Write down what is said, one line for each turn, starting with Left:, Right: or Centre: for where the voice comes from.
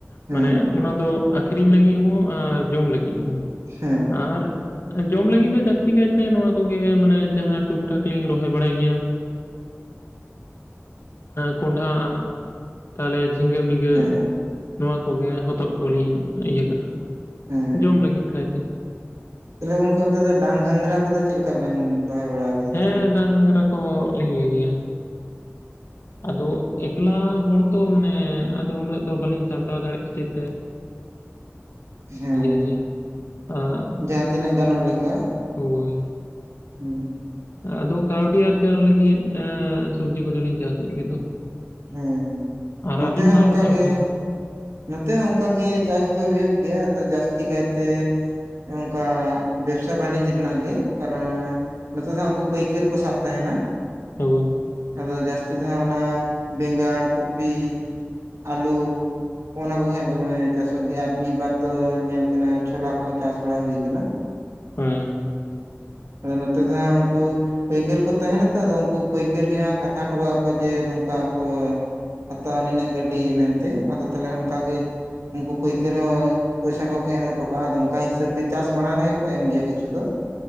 Right: ᱦᱮᱸ
Left: ᱢᱟᱱᱮ ᱚᱱᱟ ᱫᱚ ᱟᱠᱷᱨᱤᱧ ᱞᱟᱹᱜᱤᱜ ᱦᱚᱸ ᱟᱨ ᱡᱚᱢ ᱞᱟᱹᱜᱤᱫ ᱦᱚᱸ
Right: ᱦᱮᱸ
Left: ᱟᱨ ᱡᱚᱢ ᱞᱟᱹᱜᱤᱫ ᱫᱚ ᱡᱟᱹᱥᱛᱤ ᱠᱟᱭᱛᱮ ᱱᱚᱣᱟ ᱠᱚᱜᱮ ᱢᱟᱱᱮ ᱡᱟᱦᱟᱸ ᱴᱩᱠ ᱴᱟᱠ ᱞᱤᱧ ᱨᱚᱦᱚᱭ ᱵᱟᱲᱟᱭ ᱜᱮᱭᱟ᱾ ᱠᱚᱸᱰᱷᱟ ᱛᱟᱦᱞᱮ ᱡᱷᱤᱸᱜᱟᱹ ᱢᱤ ᱤᱭᱟ
Right: ᱦᱮᱸ
Left: ᱱᱚᱣᱟ ᱠᱚᱜᱮ ᱦᱚᱛᱚᱫ ᱠᱚᱞᱤᱧ ᱤᱭᱟᱹ ᱠᱟᱜᱼᱟ
Right: ᱦᱮᱸ
Left: ᱡᱚᱢ ᱞᱟᱹᱜᱤᱫ ᱠᱟᱭᱛᱮ
Right: ᱛᱟᱦᱚᱞᱮ ᱜᱚᱝᱠᱮ ᱚᱱᱛᱮ ᱫᱚ ᱰᱟᱝ ᱜᱷᱟᱝᱨᱟ ᱠᱚᱫᱚ ᱪᱮᱫ ᱞᱮᱠᱟ ᱵᱮᱱ ᱨᱚᱦᱚᱭ ᱵᱟᱲᱟ ᱟᱠᱟᱫᱟ
Left: ᱦᱮᱸ
Right: ᱛᱟᱦᱚᱞᱮ
Left: ᱰᱟᱝ ᱜᱷᱟᱝᱨᱟ ᱠᱚᱦᱚᱸ ᱞᱤᱧ ᱤᱭᱟᱹ ᱜᱮᱭᱟ ᱟᱫᱚ ᱮᱠᱞᱟ ᱦᱚᱲ ᱛᱚ ᱢᱟᱱᱮ ᱟᱫᱚ ᱩᱱᱟᱹᱜ ᱫᱚ ᱵᱟᱹᱞᱤᱧ ᱥᱟᱢᱴᱟᱣ ᱫᱟᱲᱮᱜ ᱠᱷᱟᱹᱛᱤᱨ ᱛᱮ
Right: ᱦᱮᱸ
Left: ᱤᱭᱟᱹᱭ ᱜᱮᱭᱟ ᱟᱸ
Right: ᱡᱟᱦᱟᱸ ᱛᱤᱱᱟᱹᱜ ᱜᱟᱱᱚᱜ ᱞᱮᱠᱟ
Left: ᱦᱳᱭ
Right: ᱦᱩᱸ
Left: ᱟᱫᱚ ᱠᱟᱹᱣᱰᱤ ᱟᱨᱡᱟᱣ ᱞᱟᱹᱜᱤᱫ ᱟᱸ ᱥᱚᱵᱡᱤ ᱠᱚᱫᱚᱞᱤᱧ ᱪᱟᱥᱮᱫ ᱜᱮᱫᱚ᱾
Right: ᱦᱮᱸ ᱦᱮᱸ
Left: ᱟᱨ
Right: ᱱᱚᱛᱮ
Left: ᱟᱹᱵᱤᱱ
Right: ᱦᱚᱸ
Left: ᱢᱟ
Right: ᱚᱱᱠᱟ
Left: ᱚᱠᱟ
Right: ᱜᱮ
Left: ᱞᱮᱠᱟ
Right: ᱱᱚᱛᱮ ᱦᱚᱸ ᱚᱱᱠᱟ ᱜᱮ ᱪᱟᱥ ᱫᱚ ᱦᱩᱭᱩᱜ ᱜᱮᱭᱟ ᱡᱟᱹᱥᱛᱤ ᱠᱟᱭᱛᱮ ᱚᱝᱠᱟ ᱵᱮᱵᱽᱥᱟ ᱵᱟᱱᱤᱡᱽ ᱨᱮᱱᱟᱜ ᱜᱮ ᱠᱟᱨᱚᱱ ᱱᱚᱛᱮ ᱫᱚ ᱦᱟᱸᱜ ᱩᱱᱠᱩ ᱯᱟᱹᱭᱠᱟᱹᱨ ᱠᱚ ᱥᱟᱵ ᱛᱟᱦᱮᱸᱱᱟ᱾
Left: <unintelligible>
Right: ᱟᱫᱚ ᱡᱟᱹᱥᱛᱤ ᱫᱚ ᱦᱟᱸᱜ ᱚᱱᱟ ᱵᱮᱸᱜᱟᱲ ᱠᱚᱯᱤ ᱟᱹᱞᱩ ᱦᱟᱜᱼᱱᱟ ᱠᱚᱜᱮ ᱦᱟᱜ ᱫᱚᱢᱮ ᱪᱟᱥᱚᱜ ᱜᱮᱭᱟ ᱟᱨ ᱢᱤᱫᱵᱟᱨ ᱫᱚ ᱧᱮᱞ ᱠᱟᱱᱟ ᱪᱷᱚᱞᱟ ᱠᱚᱦᱚᱸ ᱪᱟᱥ ᱵᱟᱲᱟ ᱦᱩᱭ ᱠᱟᱱᱟ᱾ <inaudible>
Left: ᱦᱮᱸ
Right: ᱱᱚᱛᱮ ᱫᱚ ᱦᱟ ᱩᱱᱠᱩ ᱯᱟᱹᱭᱠᱟᱹᱨ ᱠᱚ ᱛᱟᱦᱮᱱᱟᱛᱚ ᱟᱫᱚ ᱩᱱᱠᱩ ᱯᱟᱹᱭᱠᱟᱹᱨ ᱜᱮ ᱦᱟᱸᱜ ᱠᱟᱛᱷᱟ ᱦᱚᱴᱚ ᱠᱟᱜᱼᱟ ᱠᱚ ᱡᱮ ᱱᱚᱝᱠᱟ ᱠᱚ᱾ ᱦᱟᱛᱟᱣᱟ ᱱᱤᱱᱟᱹᱜ ᱜᱟᱹᱰᱤ ᱢᱮᱱᱛᱮ ᱟᱫᱚ ᱛᱟᱦᱞᱮ ᱚᱱᱠᱟᱜᱮ ᱩᱱᱠᱩ ᱯᱟᱹᱭᱠᱟᱹᱨ ᱦᱚᱸ᱾ ᱯᱚᱭᱥᱟ ᱠᱚᱦᱚᱸ ᱠᱚ ᱮᱢ ᱦᱚᱴᱚ ᱠᱟᱜᱼᱟ ᱟᱫᱚ ᱚᱱᱠᱟ ᱦᱤᱥᱟᱹᱵ ᱜᱮ ᱪᱟᱥ ᱢᱟᱲᱟᱝ ᱨᱮᱦᱚᱸ ᱠᱚ ᱮᱢ ᱜᱮᱭᱟ ᱠᱤᱪᱷᱩ ᱫᱚ᱾